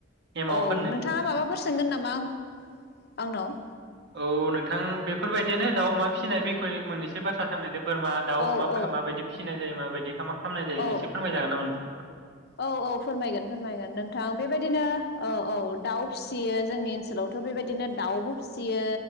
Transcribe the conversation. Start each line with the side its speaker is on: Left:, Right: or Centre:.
Right: एमाव
Left: औ
Right: फोननो
Left: नोंथाङा माबाफोर सोंगोन नामा आं आंनाव?
Right: औ नोंथां बेफोर बायदियानो दाउ अमा फिसिनाय मोननैसो बाथ्रा साननाय बोरमा दाउ
Left: औ
Right: अमाफोरखौ
Left: औ
Right: माबायदि फिसिनाय माबायदियै खामनाय जायो
Left: औ
Right: एसे फोरमायजागोन नामा नोंथों
Left: औ औ फोरमायगोन फोरमायगोन नोंथां बेबायदिनो औ औ दाउ फिसि यो जोंनि ओनसोलावथ' बेबायदिनो दाउबो फिसियो